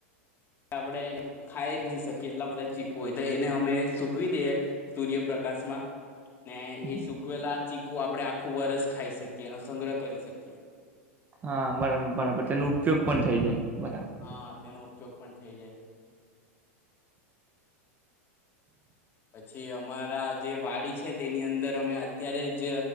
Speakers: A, on the left; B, on the right.
A: આપડે ખાઈ જ નહી શકીએ એટલા બધા ચીકુ હોય તો એને અમે સુ સુકવી દે સૂર્યપ્રકાશમાં ને
B: હમ,
A: એ
B: હમ.
A: સુકવેલા - ચીકુ આપડે આખું વરસ ખાઈ શકીએ. એનો સંગ્રહ કરી શકીએ.
B: હા બરાબર બરાબર તેનો ઉપયોગ પણ થઈ જાય. બરાબર.
A: હા તેનો ઉપયોગ પણ થઈ જાય. પછી અમારા જે વાડી છે. તેની અંદર અમે અત્યારે જ